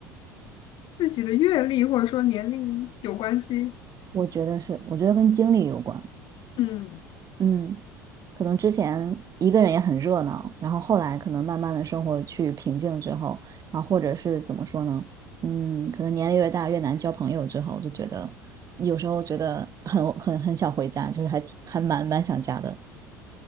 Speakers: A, on the left; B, on the right.
A: 自己的阅历或者说年龄有关系。
B: 我觉得是，我觉得跟经历有关。
A: 嗯，
B: 嗯。可能之前一个人也很热闹，然后后来可能慢慢的生活去平静之后，然后或者是怎么说呢？嗯，可能年龄越大越难交朋友之后，就觉得有时候觉得很很很想回家，就是还挺还蛮蛮想家的。